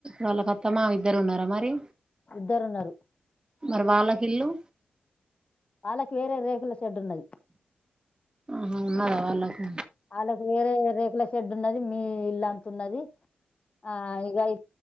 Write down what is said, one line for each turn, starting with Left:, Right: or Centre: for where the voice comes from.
Right: వాళ్ళకు అత్త మామ ఇద్దరు ఉన్నారా మరి
Left: ఇద్దరున్నారు
Right: మరి వాళ్ళకి ఇల్లు
Left: వాళ్ళకి వేరే రేగులు చెడ్డున్నది
Right: ఆహా ఉన్నదా వాళ్ళకు
Left: వాళ్ళకు వేరే వేరే షెడ్ ఉన్నది మీ ఇల్లంత ఉన్నది ఆ ఇగ ఇ